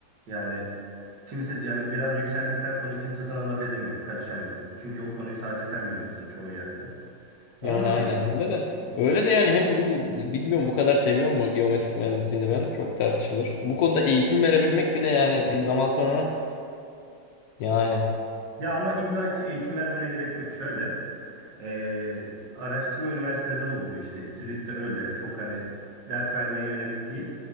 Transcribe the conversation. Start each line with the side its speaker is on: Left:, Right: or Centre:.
Right: Yani kimse yani biraz yükseldikten sonra kimse sana laf edemiyor, karışamıyor. Çünkü o konuyu sadece sen biliyorsun çoğu yerde. Ondan
Left: Yani aynen
Right: biraz.
Left: öyle de. Öyle de yani hem bu bilmiyorum bu kadar seviyor mu geometrik mühendisliğini ben çok tartışılır. Bu konuda eğitim verebilmek bir de yani bir zaman sonra Yani.
Right: Ya ama illa ki eğitim vermene gerek yok. Şöyle, e, araştırma üniversiteleri oluyor işte. Zürich'te öyle. Çok hani ders vermeye yönelik değil.